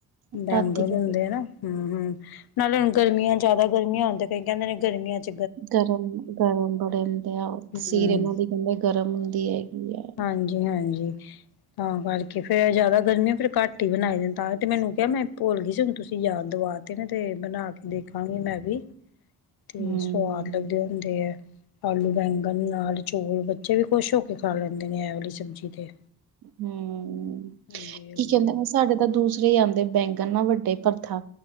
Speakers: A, on the left; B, on the right.
A: ਬੈਂਗਣ
B: ਰਾਤੀ ਕਿਤੇ
A: ਹੁੰਦੇ ਏ ਨਾ। ਹੂੰ, ਹੂੰ, ਨਾਲੇ ਹੁਣ ਗਰਮੀਆਂ ਜ਼ਿਆਦਾ ਗਰਮੀਆਂ ਹੋਣ, ਤੇ ਕਈ ਕਹਿੰਦੇ ਨੇ ਗਰਮੀਆਂ'ਚ
B: ਗਰਮ, ਗਰਮ ਬੜੇ ਹੁੰਦੇ ਆ ਤਸੀਰ
A: ਹਮ
B: ਏਨਾਂ ਦੀ ਕਹਿੰਦੇ ਗਰਮ ਹੁੰਦੀ ਹੈਗੀ ਆ।
A: ਹਾਂਜੀ-ਹਾਂਜੀ, ਤਾਂ ਕਰਕੇ ਫੇਰ ਜਾਦਾ ਗਰਮੀਆਂ ਫੇਰ ਕਟ ਕੇ ਬਣਾਈ ਦੇ, ਤਾਂਈ ਤੇ ਮੈਨੂੰ ਕਿਹਾ, ਮੈਂ ਭੁੱਲਗੀ ਸੀ ਹੁਣ ਤੁਸੀ ਯਾਦ ਦਵਾ ਤੇ ਨਾ ਤੇ ਬਣਾਕੇ ਦੇਖਾਂਗੀ ਮੈਂ ਵੀ, ਤੇ
B: ਹੂੰ
A: ਸਵਾਦ ਲੱਗਦੇ ਹੁੰਦੇ ਐ। ਆਲੂ ਬੈਂਗਣ ਨਾਲ ਚੋਲ, ਬੱਚੇ ਵੀ ਖੁਸ਼ ਹੋਕੇ ਖਾ ਲੈਂਦੇ ਨੇ ਐ ਵਾਲੀ ਸਬਜ਼ੀ ਤੇ।
B: ਹੂੰ,
A: ਹਾਂਜੀ-ਹਾਂਜੀ,
B: ਕੀ ਕਹਿੰਦੇਨ ਓ ਸਾਡੇ ਤਾਂ ਦੂਸਰੇ ਈ ਆਂਦੇ ਬੈਂਗਨ ਨਾ, ਵੱਡੇ ਭਰਥਾ